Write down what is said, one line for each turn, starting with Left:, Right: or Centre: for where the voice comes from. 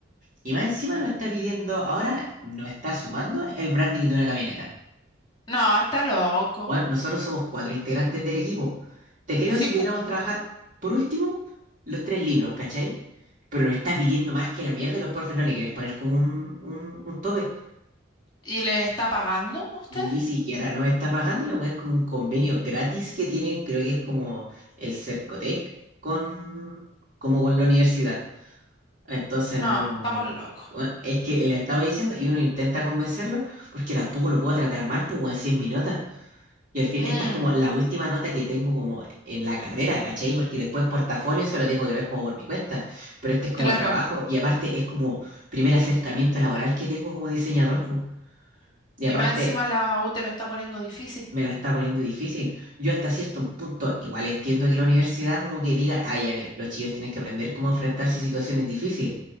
Right: y más encima nos está pidiendo, ahora nos está sumando el branding de una camioneta.
Left: no, está loco.
Right: Weón, nosotros somos cuatro integrantes del equipo. Te creo
Left: Sí,
Right: si pudiéramos
Left: pues.
Right: trabajar, por último, los tres libros, ¿cachai? Pero nos está pidiendo más que la mierda y los profes no le quieren poner como un, un, un tope.
Left: ¿Y le está pagando a usted?
Right: Ni siquiera nos está pagando, la weá es como un convenio gratis que tiene, creo que es como el Cercotec con, como con la universidad. Entonces no,
Left: No, estamos locos.
Right: bueno, es que le estaba diciendo y uno intenta convencerlo porque tampoco lo puedo tratar mal, pues weón, si es mi nota. Y al fin,
Left: Mm,
Right: esta es como la última nota que tengo como en la carrera, ¿cachai? Porque después portafolio eso lo tengo que ver como por mi cuenta, pero este es
Left: claro.
Right: como trabajo y aparte es como primer acercamiento laboral que tengo como diseñador, pues. Y
Left: Y
Right: aparte...
Left: más encima la U te lo está poniendo difícil.
Right: me la está poniendo difícil. Yo hasta cierto punto, igual entiendo que la universidad como que diga, ah, ya, mira, los chicos tienen que aprender cómo enfrentarse a situaciones difíciles,